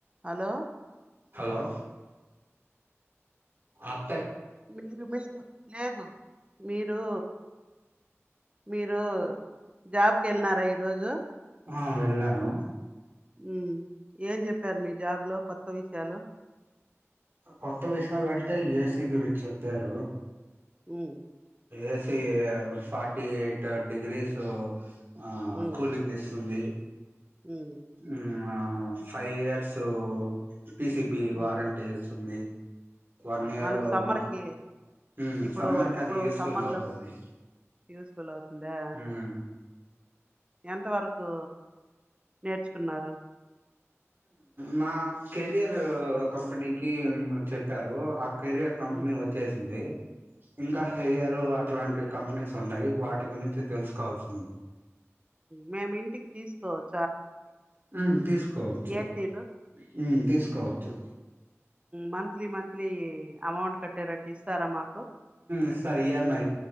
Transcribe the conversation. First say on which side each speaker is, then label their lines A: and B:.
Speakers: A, on the right; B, on the right.
A: Hello
B: hello అల్
A: <unintelligible> లేదు మీరు మీరు జాబ్ కి ఎళ్నారా ఈరోజు
B: ఆ వెళ్ళాను
A: ఉమ్ ఏం చెప్పారు మీ జాబ్ లో కొత్త విషయాలు
B: కొత్త విషయాలు అంటే ఏసీ గురించి చెప్పారు
A: ఉమ్,
B: ఏసీ ఫార్టీ ఎయిట్ డిగ్రీసు ఆ
A: ఉమ్,
B: కూల్ంగ్ ఇస్తుంది
A: ఉమ్
B: మ్ ఆ ఫైవ్ ఇయర్స్ పిసిబి వారంటీ
A: ఉమ్,
B: ఇస్తుంది వన్ ఇయర్
A: మనకు సమ్మర్కి
B: మొ మ్
A: ఇప్పుడు
B: సమ్మర్ కి
A: ఇప్పుడు
B: అది యూస్ఫుల్
A: సమ్మర్లో
B: అవుతది
A: యూస్ ఫుల్ అవుతుందా
B: మ్
A: ఎంతవరకు నేర్చుకున్నారు
B: నా కెరియర్ కంపెనీకి చెప్పారు కెరియర్ కంపెనీ
A: ఉమ్,
B: వచ్చేసింది ఇంకా
A: ఉమ్,
B: హెరియరు అట్లాంటి కంపెనీస్ ఉన్నాయి వాటి గురించి తెలుసుకోవాల్సింది
A: మేమింటికి తీసుకపోత
B: ఉ తీసుకోవచ్చు
A: ఏసీలు
B: ఉ తీసుకోవచ్చు
A: మంత్లీ మంత్లీ అమౌంట్ కట్టేరట్టు ఇస్తారా మాకు
B: ఇస్తార్ ఈఎంఐ